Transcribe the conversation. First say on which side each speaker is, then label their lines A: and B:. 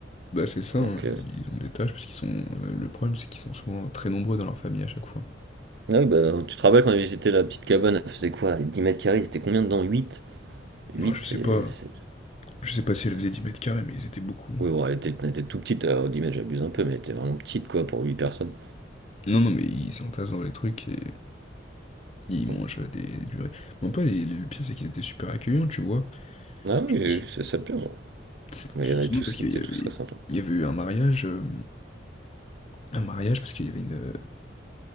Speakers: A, on the left; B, on the right.
A: bah c'est ça,
B: Donc,
A: hein,
B: euh,
A: ils ont des tâches parce qu'ils sont. euh, le problème c'est qu'ils sont souvent très nombreux dans leur famille à chaque fois.
B: Ah oui, bah, tu te rappelles quand on avait visité la petite cabane, elle faisait quoi? dix mètres carrés, c'était combien dedans? huit huit
A: Non, je
B: c'est.
A: sais pas,
B: c'est-
A: je sais pas si elle
B: ça-
A: faisait 10 mètres carrés, mais ils étaient beaucoup.
B: Oui, bon, elle était, elle était tout petite, alors 10 mètres, j'abuse un peu, mais elle était vraiment petite, quoi, pour 8 personnes.
A: Non, non, mais ils s'entassent dans les trucs et Ils
B: Bon.
A: mangent des, du riz. Mais en plus, les- le pire, c'est qu'ils étaient super accueillants, tu vois.
B: Ah
A: Je
B: oui, oui,
A: me sou-
B: oui, c'est ça le pire, ouais.
A: c'est
B: Mais
A: justement
B: il y en avait tous,
A: parce qu'il
B: ils étaient
A: y avait,
B: tous très sympas.
A: il y avait eu un mariage, euh, un mariage parce qu'il y avait une,